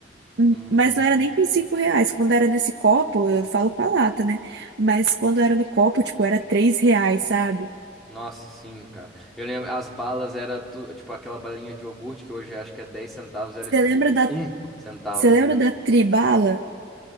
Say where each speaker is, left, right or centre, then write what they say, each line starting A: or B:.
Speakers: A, on the right (about 80°); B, in the centre.
A: Hum,
B: Uhum.
A: Mas não era nem com cinco reais. Quando era nesse copo, eu falo com a lata, né? Mas quando era no copo, tipo, era três reais, sabe?
B: Nossa, sim, cara. Eu lembro, as balas era tu- tipo aquela balinha de iogurte que hoje acho que é 10 centavos, era
A: Você
B: tipo
A: lembra da,
B: um centavo.
A: você lembra da Tribala?